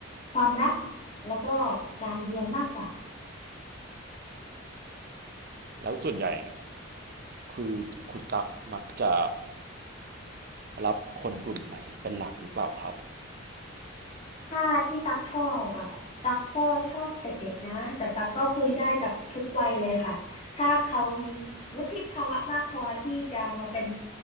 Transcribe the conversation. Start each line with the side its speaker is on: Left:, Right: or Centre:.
Left: ความรักแล้วก็การเรียนมากกว่า
Right: แล้วส่วนใหญ่คือคุณตักมักจะรับคนกลุ่มไหนเป็นหลักหรือเปล่าครับ
Left: ถ้าที่ตักชอบอ่ะตักก็ชอบเด็กๆนะแต่ตักก็คุยได้กับทุกวัยเลยค่ะถ้าเขามีวุฒิภาวะมากพอที่จะมาเป็น